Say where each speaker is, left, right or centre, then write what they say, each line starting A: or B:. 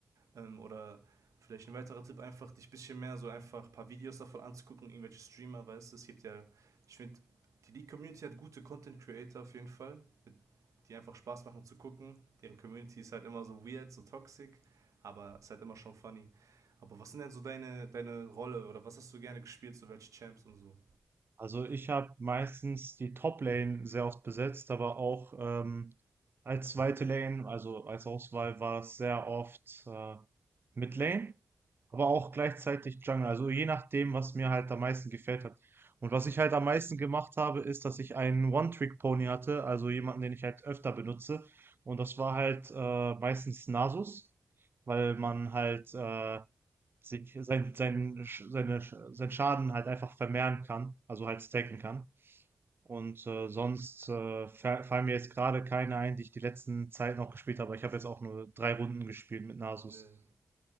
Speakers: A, on the right; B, on the right.
A: Ähm, oder vielleicht ein weiterer Tipp, einfach dich ein bisschen mehr so einfach ein paar Videos davon anzugucken, irgendwelche Streamer, weißt du, es gibt ja, ich finde, die League-Community hat gute Content-Creator auf jeden Fall, mit, die einfach Spaß machen zu gucken. Deren Community ist halt immer so weird, so toxic, aber ist halt immer schon funny. Aber was sind denn so deine, deine Rolle oder was hast du gerne gespielt, so welche Champs und so?
B: Also ich habe meistens die Top-Lane sehr oft besetzt, aber auch ähm, als zweite Lane, also als Auswahl war es sehr oft äh, Mid-Lane, aber auch gleichzeitig Jungle. Also je nachdem, was mir halt am meisten gefällt hat. Und was ich halt am meisten gemacht habe, ist, dass ich einen One-Trick-Pony hatte, also jemanden, den ich halt öfter benutze. Und das war halt äh, meistens Nasus, weil man halt äh, sich sein, sein, seine, sein Schaden halt einfach vermehren kann, also halt stacken kann. Und äh, sonst äh, fa- fallen mir jetzt gerade keine ein, die ich die letzten Zeiten auch gespielt habe. Ich habe jetzt auch nur drei Runden gespielt mit Nasus.
A: Ne,